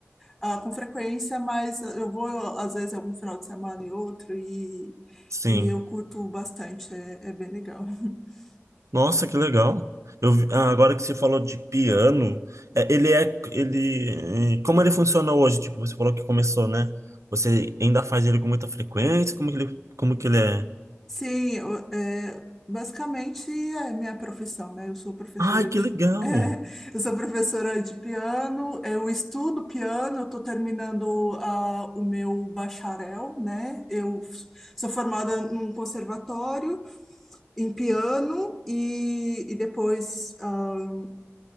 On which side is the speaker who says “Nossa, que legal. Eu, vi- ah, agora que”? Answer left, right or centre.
Right